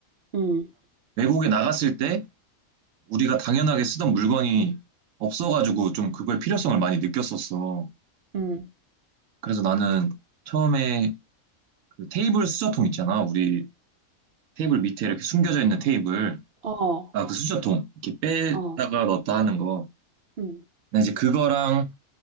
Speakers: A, on the right; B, on the right.
A: 음.
B: 외국에 나갔을 때, 우리가 당연하게 쓰던 물건이 없어가지고 좀 그거의 필요성을 많이 느꼈었어.
A: 음.
B: 그래서 나는 처음에 그 테이블 수저통 있잖아. 우리 테이블 밑에 이렇게 숨겨져 있는 테이블.
A: 어.
B: 아, 그 수저통. 이렇게 빼다가
A: 어.
B: 넣었다 하는 거.
A: 음.
B: 나 이제 그거랑